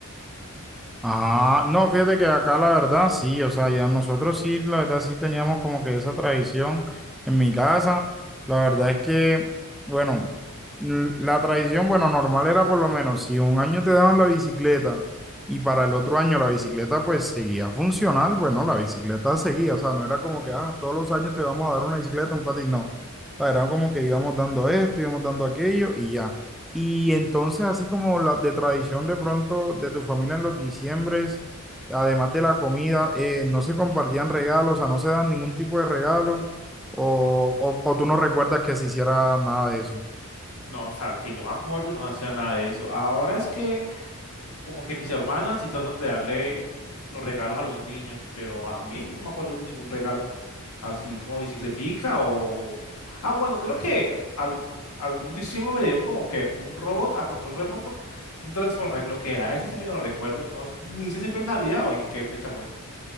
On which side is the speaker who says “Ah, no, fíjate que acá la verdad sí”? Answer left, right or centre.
Centre